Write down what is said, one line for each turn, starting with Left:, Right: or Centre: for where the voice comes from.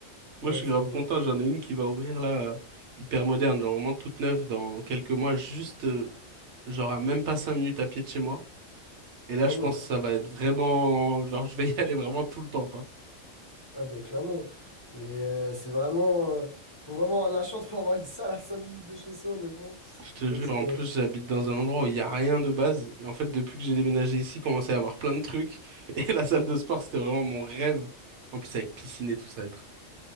Right: Moi,
Left: ouais,
Right: je suis
Left: c'est
Right: grave
Left: pas
Right: content.
Left: mal.
Right: J'en ai une qui va ouvrir là, euh, hyper moderne, genre vraiment toute neuve dans quelques mois, juste euh, genre à même pas cinq minutes à pied de chez moi. Et là,
Left: Ah
Right: je
Left: ouais,
Right: pense
Left: trop.
Right: que ça va être vraiment, genre, je vais y aller vraiment tout le temps, quoi.
Left: Ah ben clairement. Mais euh, c'est vraiment... euh, faut vraiment avoir de la chance pour avoir une salle à 5 minutes de chez soi, honnêtement.
Right: Je te
Left: Parce
Right: jure,
Left: que
Right: en plus, j'habite dans un endroit où il y a rien de base. Et en fait, depuis que j'ai déménagé ici, il commençait à y avoir plein de trucs. <laughs> Et la salle de sport, c'était vraiment mon rêve. En plus, avec piscine et tout, ça va être.